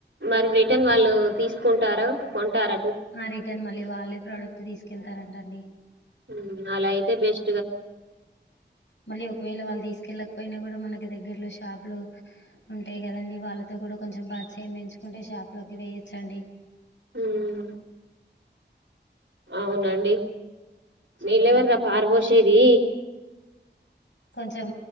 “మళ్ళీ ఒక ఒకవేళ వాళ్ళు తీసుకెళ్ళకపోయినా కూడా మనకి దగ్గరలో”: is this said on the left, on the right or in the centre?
Left